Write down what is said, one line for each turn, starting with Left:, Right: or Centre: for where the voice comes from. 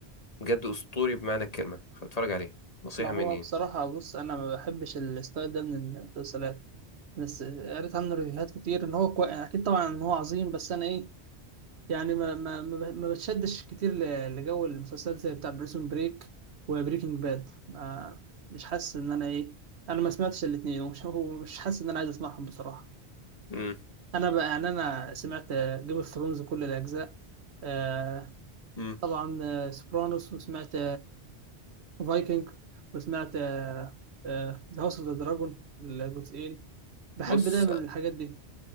Left: بجد أسطوري بمعنى الكلمة فاتفرج عليه نصيحة
Right: ما هو
Left: مني
Right: بصراحة
Left: يعني.
Right: بص أنا ما بحبش الستايل ده من المسلسلات بس قريت عنه ريفيوهات كتير إن هو كوي... أكيد طبعا إن هو عظيم بس أنا إيه يعني ما ما ما ب- ما بتشدش كتير ل- لجو المسلسلات زي بتاع بريسون بريك وبريكنج باد ما... مش حاسس إن أنا إيه أنا ما سمعتش الاتنين ومش <laughs> هو مش حاسس إن أنا عايز أسمعهم بصراحة
Left: مم.
Right: أنا بقى يعني أنا سمعت جيم اوف ثرونز كل الأجزاء آه،
Left: مم.
Right: طبعا آه، سوبرانوس وسمعت فايكنج وسمعت ذا هاوس اوف ذا دراجون الجزئين بحب
Left: بص
Right: دايما الحاجات دي